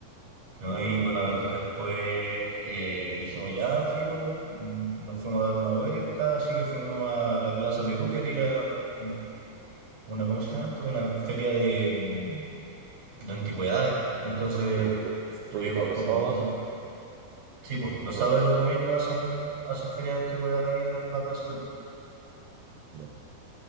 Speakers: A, on the right; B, on the right.
A: ¿no?
B: Ah, bueno,
A: Y bueno,
B: pero que- sí,
A: después eh, dijimos, ya, filo, mm, nos fuimos a dar una vuelta, así que fuimos a la Plaza Perú, que había un- una, ¿cómo se llama esto? Una feria de, mm, de antigüedades. Entonces
B: pues creo, creo
A: tuvimos
B: que todos los
A: como
B: sábados
A: una...
B: son
A: Sí, pues, los
B: todos
A: sábados
B: los...
A: y los domingos hacen, hacen feria de antigüedades ahí en la Plaza Perú.
B: Ya.